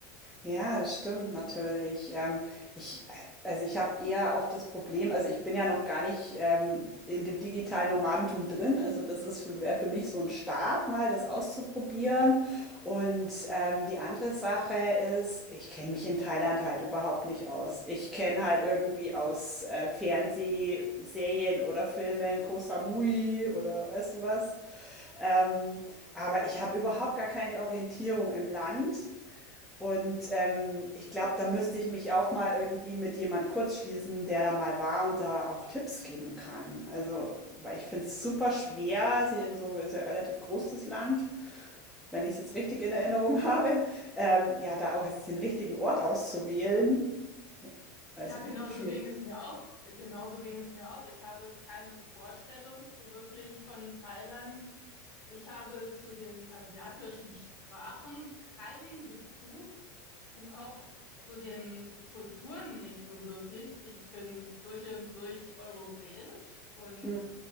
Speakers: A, in the centre; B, on the left.
A: Ja, das stimmt natürlich. Ähm, ich, äh, also ich habe eher auch das Problem, also ich bin ja noch gar nicht ähm, in dem digitalen Nomadentum drin. Also das ist für, wäre für mich so ein Start, mal das auszuprobieren. Und ähm, die andere Sache ist, ich kenne mich in Thailand halt überhaupt nicht aus. Ich kenne halt irgendwie aus äh, Fernsehserien oder Filmen Koh Samui oder weißt du was. Ähm, aber ich habe überhaupt gar keine Orientierung im Land. Und ähm, ich glaube, da müsste ich mich auch mal irgendwie mit jemand kurzschließen, der da mal war und da auch Tipps geben kann. Also, weil ich finde es super schwer, sie in so, ist ja relativ groß das Land, wenn ich es jetzt richtig in Erinnerung <laughs> habe, ähm, ja, da auch jetzt den richtigen Ort auszuwählen. Ja, also,
B: Ja, genau
A: schwierig.
B: so ging es mir auch. Genauso ging es mir auch. Ich habe keine Vorstellung so wirklich von Thailand. Ich habe zu den asiatischen Sprachen keinen Bezug und auch zu den Kulturen nicht so wirklich. Ich bin durch und durch europäisch und
A: Hm,